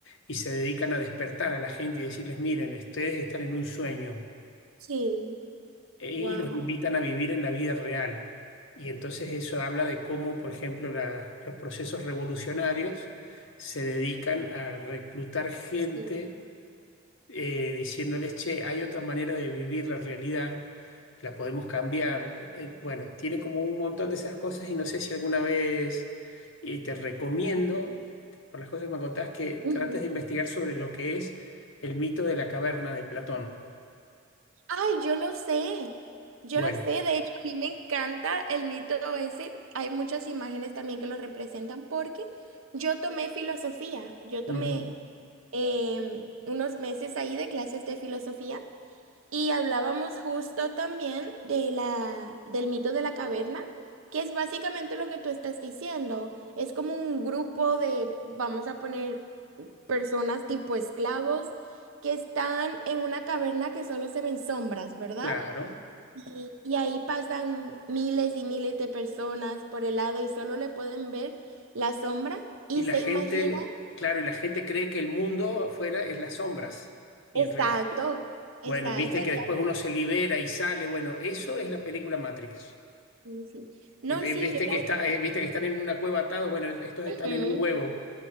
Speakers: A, on the left; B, on the right.
A: y se dedican a despertar a la gente y decirles, miren, ustedes están en un sueño
B: Sí.
A: eh, y
B: Wow.
A: los invitan a vivir en la vida real. Y entonces eso habla de cómo, por ejemplo, la- los procesos revolucionarios se dedican a reclutar gente
B: Sí.
A: eh, diciéndoles, che, hay otra manera de vivir la realidad, la podemos cambiar. Eh, bueno, tiene como un montón de esas cosas y no sé si alguna vez, y te recomiendo, por las cosas que me contás, que
B: ujú.
A: trates de investigar sobre lo que es el mito de la caverna de Platón.
B: Ay, yo lo sé. Yo
A: Bueno,
B: lo sé. De hecho, a mí me encanta el mito ese. Hay muchas imágenes también que lo representan porque yo tomé filosofía. Yo
A: ujú,
B: tomé em, unos meses ahí de clases de filosofía. Y hablábamos justo también de la, del mito de la caverna, que es básicamente lo que tú estás diciendo. Es como un grupo de, vamos a poner, personas tipo esclavos que están en una caverna que solo se ven sombras, ¿verdad?
A: claro.
B: Y, y ahí pasan miles y miles de personas por el lado y solo le pueden ver la sombra y
A: Y la
B: se
A: gente,
B: imagina.
A: claro, y la gente cree que el mundo afuera es las sombras. Y
B: Exacto,
A: en realidad,
B: exacto.
A: bueno, viste
B: ya,
A: que después uno se libera y sale. Bueno, eso es la película Matrix.
B: sí, sí. No,
A: Eh, eh,
B: sí,
A: Viste
B: yo
A: que
B: la...
A: está, eh, viste que están en una cueva atados. Bueno, estos están
B: Ujú.
A: en un huevo,